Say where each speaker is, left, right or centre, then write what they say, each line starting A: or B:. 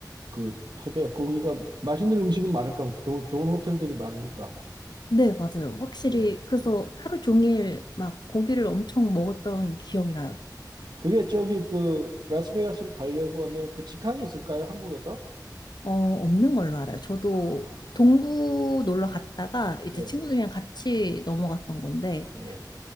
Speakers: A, on the right; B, on the left.
A: 그, 하게, 거기가 맛있는 음식은 많을까, 조, 좋은 호텔들이 많으니까.
B: 네, 맞아요. 확실히.
A: 예.
B: 그래서 하루 종일 막 고기를 엄청 먹었던 기억이 나요.
A: 그게 저기 그, 라스베가스를 가려고 하면 그 직항이 있을까요? 한국에서?
B: 어, 없는 걸로 알아요. 저도
A: 아,
B: 동부 놀러 갔다가 이제
A: 예,
B: 친구들이랑 같이 넘어갔던 건데,
A: 예.